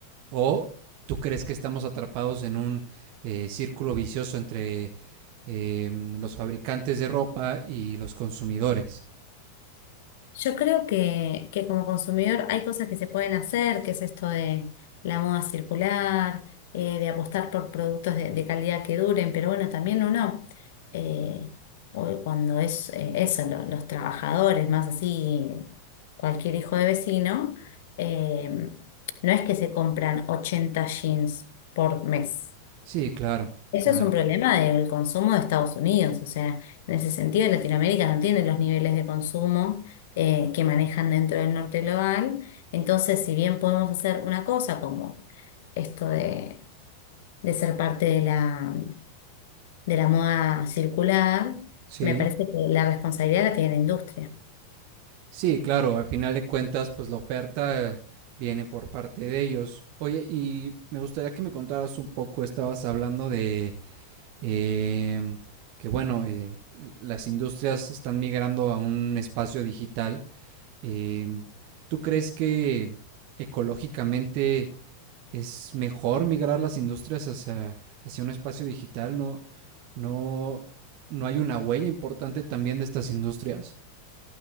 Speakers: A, on the right; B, on the left.
A: ¿O tú crees que estamos atrapados en un eh, círculo vicioso entre eh, los fabricantes de ropa y los consumidores?
B: Yo creo que, que como consumidor hay cosas que se pueden hacer, que es esto de la moda circular, eh, de apostar por productos de, de calidad que duren, pero bueno, también uno, eh, o- cuando es eh, eso, lo- los trabajadores, más así, cualquier hijo de vecino, eh, no es que se compran 80 jeans por mes.
A: Sí, claro,
B: Eso
A: claro.
B: es un problema del consumo de Estados Unidos, o sea, en ese sentido Latinoamérica no tiene los niveles de consumo eh, que manejan dentro del norte global, entonces si bien podemos hacer una cosa como esto de, de ser parte de la, de la moda circular,
A: Sí,
B: me parece que la responsabilidad la tiene la industria.
A: sí, claro. Al final de cuentas, pues la oferta viene por parte de ellos. Oye, y me gustaría que me contaras un poco, estabas hablando de eh, que bueno, eh, las industrias están migrando a un espacio digital. eh, ¿Tú crees que ecológicamente es mejor migrar las industrias hacia, hacia un espacio digital? ¿No, no, no hay una huella importante también de estas industrias?